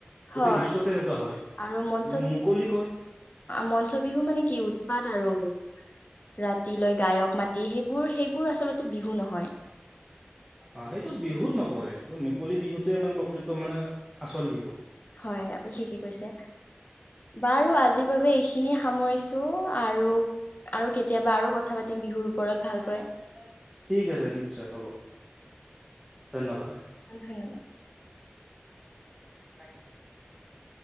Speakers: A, in the centre; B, on the left (about 45°).
A: গোটেই
B: হয়
A: বিশ্বতে সেনেকুৱা হয়
B: আৰু মঞ্চ
A: কিন্তু মুকলি কয়।
B: মঞ্চ বিহু মানে কি উৎপাত আৰু। ৰাতিলৈ গায়ক মাতি সেইবোৰ সেইবোৰ আচলতে বিহু নহয়।
A: অ সেইটো বিহুত নপৰে এইটো মোকলি বিহুতোৱে মানে প্ৰকৃত মানে আচল বিহু।
B: হয় আপুনি ঠিকে কৈছে। বাৰু আজিৰ বাবে এইখিনিয়ে সামৰিছো আৰু। আৰু কেতিয়াবা আৰু কথা পাতিম বিহুৰ। ওপৰত ভালকৈ
A: আৰু। ঠিক আছে নিশ্চয় হ'ব ধন্যবাদ।
B: অ ধন্যবাদ
A: <unintelligible>